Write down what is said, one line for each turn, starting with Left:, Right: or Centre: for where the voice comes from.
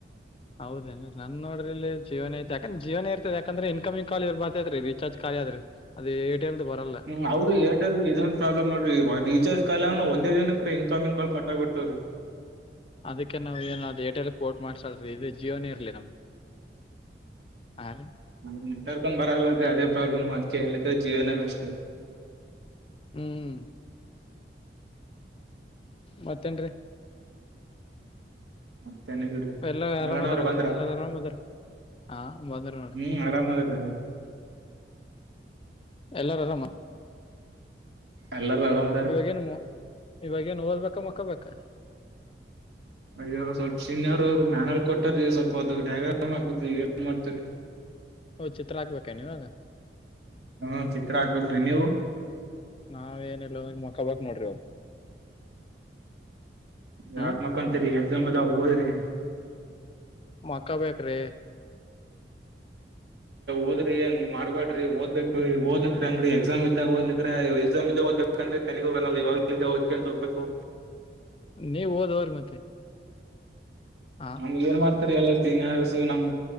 Left: ಹೌದೇನ್ ನನ್ ನೋಡ್ರೀ ಜೀವೊನ ಐತಿ ಯಾಕಂದ್ರೆ ಜೀವೊನ ಇರ್ತ ಯಾಕಂದ್ರ ಇನಕಮಿಂಗ್ ಕಾಲ್ ಇವ್ ಬರ್ತತ್ ರಿಚಾರ್ಜ್ ಕಾಲಿ ಆದ್ರ ಅದು ಏಟೈಲದ ಬರಲ್ಲ
Right: ಹ್ಮ್ ಹೌದು ಏರ್ಟೆಲ್ ಇದಂದು ಪ್ರಾಬ್ಲಮ್ ನೊಡ್ರಿ ರಿಚಾರ್ಜ ಕಾಲಿಆಗಾನ ಒಂದೇ ದಿನಕ್ಕೆ ಇನ್ಕಮಿಂಗ್ ಕಾಲ್ ಕಟ್ ಆಗಿ ಬಿಡ್ತವ್ರೀ
Left: ಅದಕ್ಕೆ ನಾವ್ ಏನ ಅದಕ ಏರ್ಟೆಲ್ ಪೋರ್ಟ್ ಮಾಡ್ಸಾಲ್ ಇದು ಜಿಯೋನೇ ಇರ್ಲಿ ನಮ್ಗೆ ಹಾ ರೀ
Right: ಅ ನೆಟ್ವರ್ಕ ಒಂದ ಬರಲ್ಲ ಅ ಅದೇ ಪ್ರಾಬ್ಲಮ್ ಅದಕೆ ಜೀವೊನ ಬೆಸ್
Left: ಹ್ಮ್ ಮತ್ತೇನ್ರಿ
Right: ಮತ್ತೇನ ಇಲ್ರಿ
Left: ಎಲ್ಲ
Right: ಮಲ್ಯಾಣ
Left: ಆರಾಮ್ ಅದಾರಲ್ಲ
Right: ಅವರು ಬಂದ್ರ
Left: ಎಲ್ಲಾರು ಆರಾಮ್ ಅದಾರ ಹಾ ಬಂದ್ರ ನೊ
Right: ಹ್ಮ್ ಆರಾಮ್ ಅದ ರೀ
Left: ಎಲ್ಲಾರ ಆರಾಮ್ಮ
Right: ಎಲ್ಲಾರೂ ಆರಾಮ
Left: ಇವಾಗೇನ್ ಇವಾಗೇಏನ್ ಓದಬೇಕ ಮಕ್ಕೊಬೇಕಾ
Right: ಇವಾಗ ಸ್ವಲ್ಪ ಸೀನಿಯರ್ ಅವರು ಮ್ಯಾನಲ್ ಕೊಟ್ಟ್ರೀ ಸ್ವಲ್ಪ ಅದು ಡ್ಯಾಗ್ರಾಮ್ ಆಗ ಏನ್ ಮಾಡ್ತರಿ
Left: ಚಿತ್ರಾ ಹಾಕ್ಬೇಕೇನ್ ಇವಾಗ
Right: ಹ್ಮ ಚಿತ್ರಾ ಹಾಕ್ಬೇಕ್ರಿ ನೀವು
Left: ನಾವ ಏನಿಲ್ ಮಕ್ಕೊ ಬೇಕ ನೋಡ್ರಿ ಇವಾಗ
Right: ಯಾಕ್
Left: ಹ್ಮ್
Right: ಮಕ್ಕಂತರಿ ಎಕ್ಸಾಮ್ ಅದಾವ ಹ ಓದ್ರಿ
Left: ಮಕ್ಕೊ ಬೇಕ್ರಿ
Right: ಓದ್ರಿ ಹಂಗ್ ಮಾಡ್ಬೇಡ್ರಿ ಓದ್ಕ್ ಓದ್ಕ್ ಹಂಗ್ರರಿ ಎಕ್ಸಾಮ್ ಇದ್ದಾಗ ಓದ್ಲಿಕರ ಎಕ್ಸಾಮ್ ಇದ್ದಾಗ ಓದ್ಬೇಕುಂದ್ರೆ ತೆಲಿಗ ಹೋಗಲ್ಲ ಇವಾಗ ಓದ್ಕೊಂಡಂತ ಹೋಗ್ಬೇಕು
Left: ನೀವು ಹಓದವ್ರ ಮತ್ತೆ ಹ
Right: ನಮ್ಗ ಏನ್ ಮಾಡ್ತರಿ ಎಲ್ಲಾ ಸೀನಿಯರ್ಸ ನಮ್